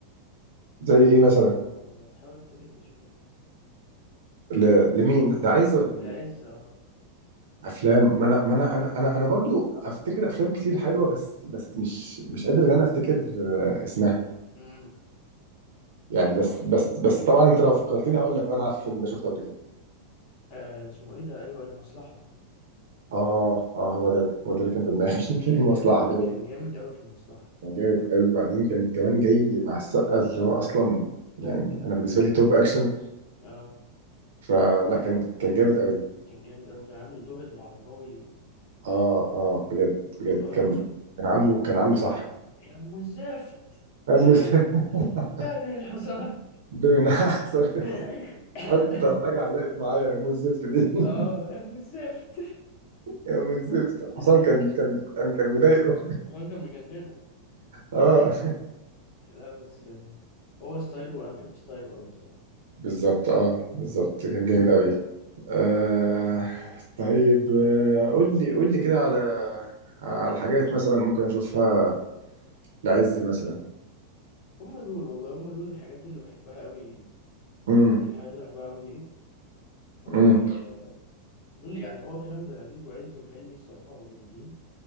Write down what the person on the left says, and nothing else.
اللي
هو بحاول أفتكر اسمه
العز اه
امم
آه، اسمه ايه ده ايوه المصلحة
كان
جامد
كان جامد قوي في المصلحة
اه
كان جامد قوي كان عامل دور العرباوي
حلو قوي
يعني
يا ام الزفت
<laughs>
هذه الحصان
<laughs>
اه يا ام الزفت
<laughs>
الحصان كان مجننه
لا بس آه، هو ستايله انا بحب ستايله قوي بصراحة
هم دول والله هم دول الحاجات اللي بحبها قوي ليه يعني
دي الحاجات اللي بحبها قوي ليه
دول يعني هو كريم عبد العزيز وعز وحلمي الصراحة جامدين